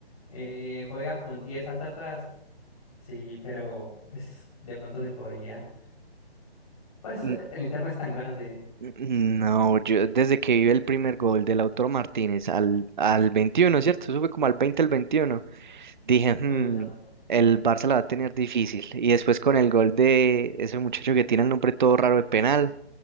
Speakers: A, on the left; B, on the right.
A: eh, juega con 10 atrás, sí, pero pues de pronto se podía. Pues
B: N-
A: eh, el Inter no es tan grande,
B: n- No, yo desde que vi el primer gol de Lautaro Martínez al, al 21, ¿cierto? Eso fue como al 20 al 21. dije, "Hmm,
A: uy, no,
B: el Barça la va a tener difícil. Y después con el gol de ese muchacho que tiene el nombre todo raro de penal,